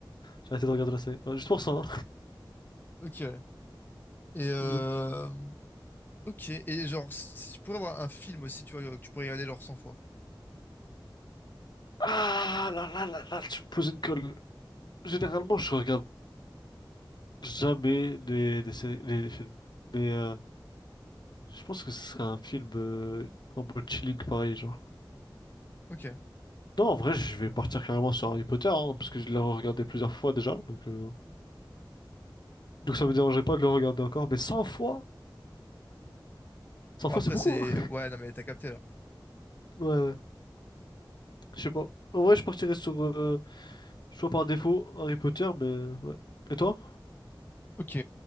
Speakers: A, on the left; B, on the left.
A: J'ai arrêté de regarder la série. Ouais, juste pour ça. hein.
B: Ok. ouais. Et euh...
A: Donc-
B: Ok. Et genre, si si tu pourrais avoir un film aussi, tu vois, que tu pourrais regarder genre 100 fois.
A: Ah là là là là, tu me poses une colle. Généralement, je regarde jamais les, les séries, les, les films. Mais euh, je pense que ce serait un film euh, en mode chilling pareil, genre.
B: Ok.
A: Non, en vrai, je vais partir carrément sur Harry Potter, hein, parce que je l'ai regardé plusieurs fois déjà, donc. euh, Donc ça me dérangerait pas de le regarder encore, mais cent fois, 100
B: Bon,
A: fois
B: après,
A: c'est beaucoup,
B: c'est...
A: hein.
B: Ouais, non, mais t'as capté, là.
A: Ouais, ouais. je sais pas. En vrai, je partirais sur, euh, choix par défaut, Harry Potter, mais ouais. Et toi?
B: Ok.